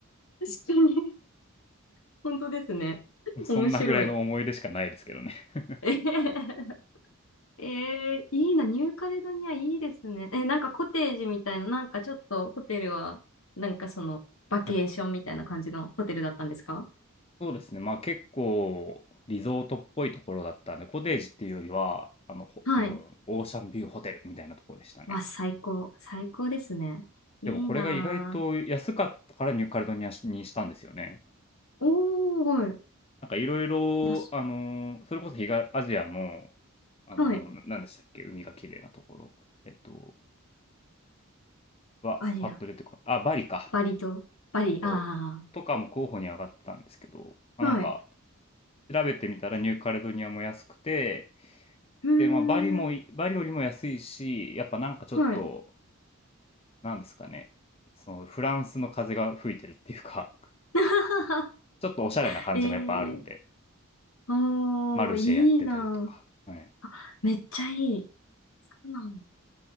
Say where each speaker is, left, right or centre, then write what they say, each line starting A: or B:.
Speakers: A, on the left; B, on the left.
A: 確かに。本当ですね。<laughs>
B: そんなぐらいの思い出しかないですけどね。
A: 面白い。
B: <laughs>
A: <laughs> えへへへえーいいな、ニューカレドニアいいですね。え、なんかコテージみたいな、なんかちょっとホテルは、なんかその、バケーションみたいな感じのホテルだったんですか
B: はいそうですね。まあ結構リゾートっぽいところだったんで、コテージっていうよりは、あの、ほもうオーシャンビューホテルみたいなところでしたね。
A: はい。わ、最高。最高ですね。いいな
B: でもこれが意外と安かったからニューカレドニアにしたんですよね。
A: ぁ。おー、
B: なんかいろいろ、
A: よし。
B: あの、それこそ東アジアの、あの、
A: はい。
B: ななんでしたっけ、海が綺麗なところ。えっと、は、
A: あ、いや、
B: パッと出てこない。あ、バリか。
A: バリと、バリ、
B: そう。
A: あ
B: とかも候補に上がってたんですけど、まあ、
A: あ、
B: なんか
A: はい。
B: 調べてみたらニューカレドニアも安くて、
A: うー
B: で、まあ、バリもい、
A: ん、
B: バリよりも安いし、やっぱなんかちょっと、
A: はい。
B: なんですかね、そのフランスの風が吹いてるっていうか、
A: <laughs>
B: <laughs> ちょっとおしゃれな感じもやっぱあるんで、
A: えー、おー、
B: マルシェやってたりとか、
A: いいなぁ。
B: は
A: めっちゃいい。そうなんだ